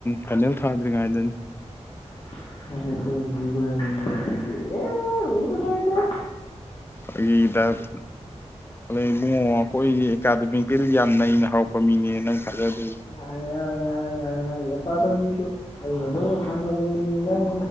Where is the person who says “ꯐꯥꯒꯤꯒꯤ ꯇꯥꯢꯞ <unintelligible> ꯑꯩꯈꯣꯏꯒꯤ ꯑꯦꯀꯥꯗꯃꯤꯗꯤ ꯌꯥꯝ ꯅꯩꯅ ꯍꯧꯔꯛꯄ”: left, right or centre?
Left